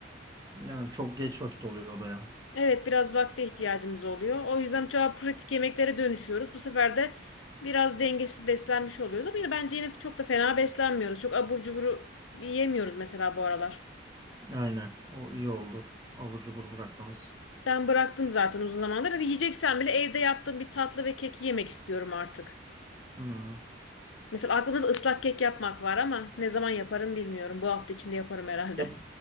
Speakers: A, on the right; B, on the left.
A: Yani çok geç vakit oluyor o da ya.
B: Evet biraz vakte ihtiyacımız oluyor. O yüzden çoğu pratik yemeklere dönüşüyoruz. Bu sefer de biraz dengesiz beslenmiş oluyoruz. Ama yine bence yine çok da fena beslenmiyoruz. Çok abur cuburu yemiyoruz mesela bu aralar.
A: Aynen. O iyi oldu. Abur cubur bırakmamız.
B: Ben bıraktım zaten uzun zamandır. Hani yiyeceksen bile evde yaptığım bir tatlı ve keki yemek istiyorum artık.
A: Hmm.
B: Mesela aklımda da ıslak kek yapmak var ama ne zaman yaparım bilmiyorum. Bu hafta içinde yaparım herhalde.
A: Ya